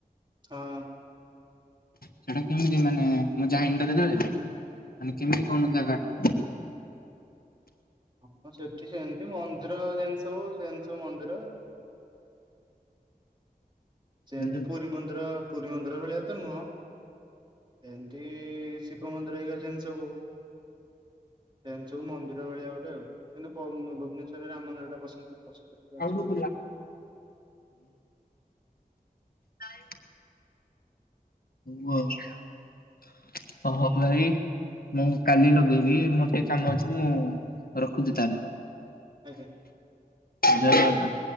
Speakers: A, on the right (about 30°); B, on the left (about 70°).
A: ହଁ
B: ସେଇଟା କେମିତି ମାନେ ମୁଁ ଯାଇନି ତ କେତେବଳେ ମାନେ କେମିତି କଣ ଜାଗା ଟା
A: ହଁ ସେଠି ସେମିତି ମନ୍ଦିର ଯେନିତି ସବୁ ସେନି ସବୁ ମନ୍ଦିର। ସେମିତି
B: ହୁଁ
A: ପୁରୀ ମନ୍ଦିର ପୁରୀ ମନ୍ଦିର ଭଳିଆ ତ ନୁହଁ। ଏମତି ଶିବ ମନ୍ଦିର ଘରିକ ଜମତି ସବୁ। ସେ ସବୁ ମନ୍ଦିର ଭଳିଆ ଗୋଟେ ଆଉ କିନ୍ତୁ ଭୁବନେଶ୍ୱରରେ ରାମ ମନ୍ଦିର ଟା ପସନ୍ଦ। ପ୍ରସିଦ୍ଧ ଟିକେ ଅଛି
B: ଆଉ ହୁଁ କାଇ ହଉଉ ହଉ ଭାଇ ମୁଁ କାଲି ଲଗେଇବି ମୋର ଟିକେ କାମ ଅଛି ମୁଁ ରଖୁଛି ତାହେଲେ।
A: ଆଜ୍ଞା
B: ଜଗରନାଥ